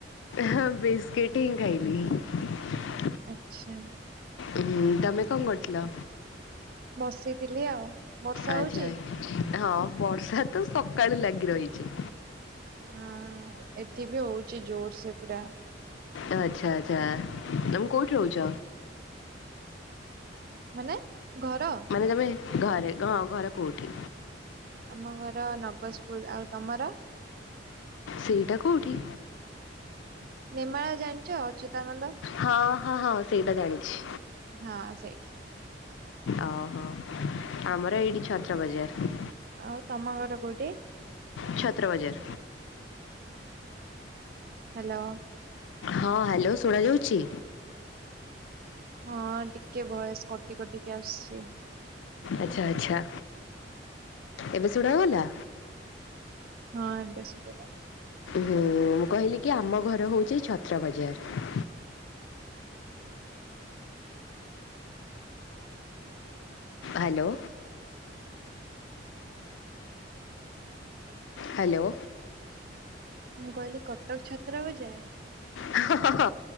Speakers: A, on the left (about 85°); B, on the right (about 55°).
A: ହଁ ବିସ୍କିଟିଂ ହିଁ ଖାଇବି।
B: ଆଚ୍ଛା।
A: ଉଁ ତମେ କଣ କରୁଥିଲ?
B: ବସିଥିଲି ଆଉ। ବର୍ଷା
A: ଆଚ୍ଛା
B: ହଉଛି?
A: ଆ ହଁ ବର୍ଷା ତ ସକାଳୁ ଲାଗି ରହିଚି।
B: ହଁ ଏଠ ବି ହଉଚି ଜୋରସେ ପୁରା।
A: ଆଚ୍ଛା ଆଚ୍ଛା ତମେ କଉଠି ରହୁଚ?
B: ମାନେ ଘର?
A: ତମେ ଘରେ ହଁ ଘର କଉଠି?
B: ଆମ ଘର ନଗଜପୁର ଆଉ ତମର?
A: ସେଇଟା କୋଉଠି?
B: ନେମାଳ ଜାଣିଚ ଅଚୁ ତା ମୁନ
A: ହଁ ହଁ ହଁ ସେଇଟା ଜାଣିଛି
B: ହଁ ସେଇଠୀ।
A: ଓହୋ ଆମର ଏଇଠି ଛତ୍ର ବଜାର।
B: ଆଉ ତମ ଘର କୋଉଠି?
A: ଛତ୍ରବଜାର।
B: ହାଲୋ।
A: ହଁ ହାଲୋ ଶୁଣା ଯାଉଚି?
B: ହଁ ଟିକେ ଭୟସ କଟି କଟିକି ଆସୁଚି।
A: ଆଛା ଆଛା ଏବେ ଶୁଣା ଗଲା?
B: ହଁ ଏବେ ଶୁଭିଲା।
A: ହୁଁ, ମୁଁ କହିଲି କି ଆମ ଘର ହେଉଚି ଛତ୍ର ବଜାର। ହାଲୋ। ହାଲୋ।
B: ମୁଁ କହିଲି କଟକ ଛତ୍ର ବଜାର?
A: ହଁ